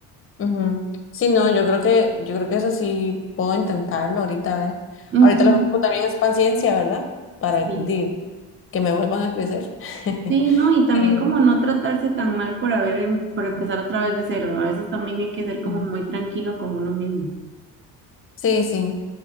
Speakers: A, on the left; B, on the right.
A: Ujú. Sí, no, yo creo que, yo creo que eso sí puedo intentarlo ahorita, a ver.
B: Ujú,
A: Ahorita lo que ocupo también es paciencia, ¿verdad? Para
B: Sí.
A: di, que me vuelvan a crecer. <laughs>
B: Sí, no, y también
A: Eh,
B: como no tratarse tan mal por haber, em- por empezar otra vez de cero. A veces también hay que ser como
A: mm.
B: muy tranquilo con uno mismo.
A: sí, sí,